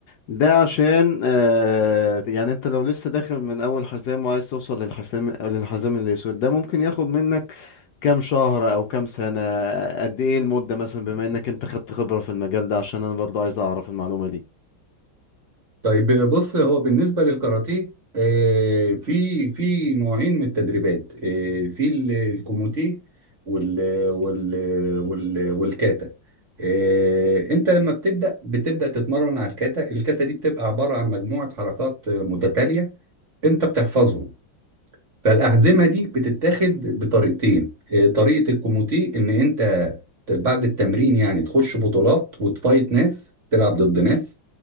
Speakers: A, on the left (about 65°); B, on the right (about 40°).
A: ده عشان آه يعني انت لو لسه داخل من اول حزام وعايز توصل للحزام للحزام الاسود ده ممكن ياخد منك كام شهر او كام سنة قد ايه المدة مثلا بما انك انت خدت خبرة في المجال ده عشان انا برضو عايز اعرف المعلومة دي
B: طيب بص هو بالنسبة للكاراتيه آه، في في نوعين من التدريبات آه، في ال- الكوموتيه وال وال وال والكاتا آه، انت لما بتبدأ بتبدأ تتمرن على الكاتا الكاتا دي بتبقى عبارة عن مجموعة حركات آه، متتالية انت بتحفظهم فالأحزمة دي بتتاخد بطريقتين آه، طريقة الكوموتيه إن أنت ت- بعد التمرين يعني تخش بطولات وتفايت ناس تلعب ضد ناس